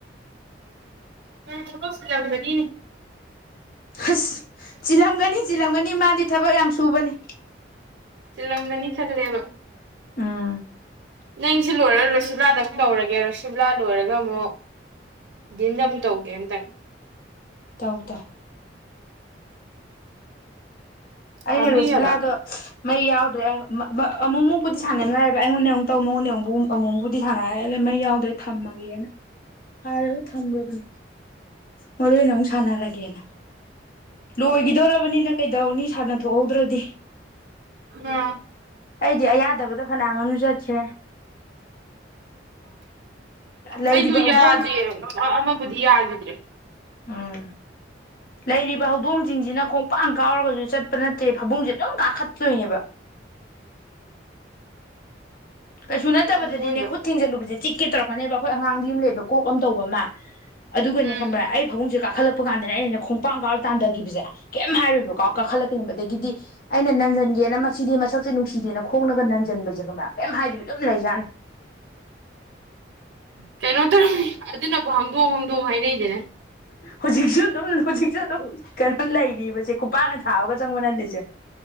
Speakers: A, on the right; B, on the left.
A: ꯃ ꯊꯕꯁ ꯌꯥꯗꯔꯤꯅꯤ
B: ꯑꯁ ꯆꯤꯜꯂꯝꯒꯅꯤ ꯆꯤꯜꯂꯝꯒꯅꯤ ꯃꯥꯗꯤ ꯊꯕꯛ ꯌꯥꯝ ꯁꯨꯕꯅꯤ
A: ꯆꯤꯜꯂꯝꯗꯅꯤ ꯈꯗ꯭ꯔꯦꯕ
B: ꯑꯥ
A: ꯅꯪꯁꯨ ꯂꯣꯏꯔ ꯔꯨꯁꯨꯂꯥꯗ ꯑꯃ ꯇꯧꯔꯒꯦ ꯔꯨꯁꯨꯝꯂꯥ ꯂꯣꯏꯔꯒ ꯑꯃꯨꯛ ꯗꯤꯟ ꯑꯃꯨꯛ ꯇꯧꯒꯦ ꯑꯃꯝꯇꯪ
B: ꯇꯧ ꯇꯧ ꯑꯩꯅ
A: ꯄꯥꯝꯃꯨꯏ
B: ꯔꯣꯁꯤꯂꯥꯗ
A: ꯍꯥꯏꯕ
B: ꯃꯩ ꯌꯥꯎꯗ꯭ꯔꯦ ꯑꯃꯨꯛ ꯑꯃꯨꯛꯄꯗꯤ ꯁꯥꯟꯅꯔ꯭ꯔꯦꯕ ꯑꯩꯉꯣꯟꯗ ꯑꯃꯨꯛ ꯇꯧ ꯃꯉꯣꯟ ꯑꯃꯨꯛ ꯑꯃꯨꯛꯕꯨꯗꯤ ꯁꯥꯟꯅꯔꯦ ꯃꯩ ꯌꯥꯎꯗ꯭ꯔꯦ ꯊꯝꯃꯒꯦꯅ ꯍꯥꯏꯔꯒ ꯊꯝꯈꯕꯅꯦ ꯃꯔꯨ ꯑꯣꯏꯅ ꯑꯃꯨꯛ ꯁꯥꯟꯅꯔꯒꯦꯅ ꯂꯣꯏꯈꯤꯗꯧꯔꯕꯅꯤꯅ ꯀꯩꯗꯧꯅꯤ ꯁꯥꯟꯅ ꯊꯣꯛꯍꯧꯗ꯭ꯔꯗꯤ
A: ꯑꯥ
B: ꯑꯩꯗꯤ ꯑꯌꯥꯗꯕꯗ ꯐꯅꯌꯥꯝ ꯑꯃꯁꯝꯨ ꯆꯠꯈꯔꯦ ꯂꯩꯔꯤꯕ
A: ꯑꯩꯁꯨ
B: ꯍꯧꯗꯣꯡ
A: ꯌꯥꯗꯦ ꯑꯃꯕꯨꯗꯤ ꯌꯥꯈꯤꯗ꯭ꯔꯦ
B: ꯎꯝ ꯂꯩꯔꯤꯕ ꯍꯧꯗꯣꯡꯁꯤꯡꯁꯤꯅ ꯈꯣꯡꯄꯥꯡ ꯀꯥꯎꯔꯒꯁꯨ ꯆꯠꯄ ꯅꯠꯇꯦ ꯐꯕꯨꯡꯁꯦ ꯂꯣꯏ ꯀꯥꯈꯠꯇꯣꯏꯅꯦꯕ ꯀꯩꯁꯨ ꯅꯠꯇꯕꯗꯗꯤꯅꯦ
A: ꯑꯑꯣꯏꯕ
B: ꯈꯨꯠ ꯊꯤꯡꯖꯤꯜꯂꯨꯕꯁꯦ ꯆꯤ ꯀꯦ ꯇꯧꯔꯛꯀꯅꯦꯕ ꯑꯩꯈꯣꯏ ꯑꯉꯥꯡꯗꯤ ꯑꯃ ꯂꯩꯕ ꯀꯣꯛ ꯑꯃ ꯇꯧꯕ ꯑꯃ ꯑꯗꯨꯒꯅꯦ
A: ꯎꯝ
B: ꯈꯪꯕ꯭ꯔꯥ ꯑꯩ ꯐꯥꯕꯨꯡꯁꯦ ꯀꯥꯈꯠꯂꯛꯄ ꯀꯥꯟꯗꯅꯦ ꯑꯩꯅ ꯈꯣꯡꯄꯥꯡ ꯀꯥꯎꯔ ꯇꯥꯟꯊꯒꯤꯈꯤꯕꯁꯦ ꯀꯩꯝ ꯍꯥꯏꯔꯣꯏꯕꯀꯣ ꯀꯥꯈꯠꯂꯛꯀꯅꯦꯕ ꯑꯗꯒꯤꯗꯤ ꯑꯩꯅ ꯅꯟꯖꯟꯒꯦꯅ ꯃꯁꯤꯗꯤ ꯃꯁꯛꯁꯦ ꯅꯨꯡꯁꯤ ꯁꯤꯗꯦꯅ ꯈꯣꯡꯅꯒ ꯅꯟꯖꯟꯕꯁꯦꯒꯃ ꯀꯔꯤꯝ ꯍꯥꯏꯗꯕꯤ ꯑꯗꯨꯝ ꯂꯩꯖꯥꯅꯤ
A: ꯀꯩꯅꯣ ꯇꯧꯔꯝꯃꯤ ꯑꯗꯨꯅꯕꯨ ꯍꯥꯡꯗꯣꯛ ꯍꯥꯡꯗꯣꯛ ꯍꯥꯏꯅꯩꯗꯅꯦ
B: ꯍꯧꯖꯤꯛꯁꯨ ꯑꯗꯨꯝ ꯍꯧꯖꯤꯛꯁꯨ ꯑꯗꯨꯝ ꯀꯩꯅꯣ ꯂꯩꯔꯤꯕꯁꯦ ꯈꯨꯄꯥꯛꯅ ꯊꯥꯕꯒ ꯆꯪ ꯃꯅꯜꯂꯤꯦꯁꯦ